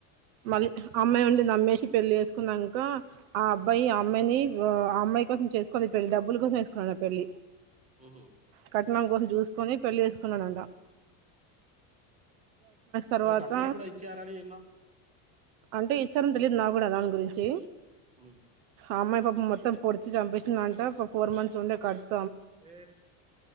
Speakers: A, on the right; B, on the right.
A: మళ్ళీ అమ్మాయి ఉండి నమ్మేసి పెళ్ళి చెసుకున్నాక ఆ అబ్బాయి అమ్మాయి అమ్మా కోసం చేసుకోలి పెళ్లి డబ్బుల కోసం చేసుకున్నాడు పెళ్లి
B: ఆహ
A: కట్నం కోసం చూసుకొని పెళ్లి చేసుకున్నానంట తర్వాత
B: మరి కట్నం కూడా అయిచ్చ ఆరని ఎన్న
A: అంటే ఇచ్చార తెలిదు నా కూడా దాని గురించి
B: అ
A: ఆమ్మాయిప మొత్తం పొడిచి చంపిస్తుంది అంట ఇ ఫోర్ మంత్స్ ఉండే కడుపు
B: స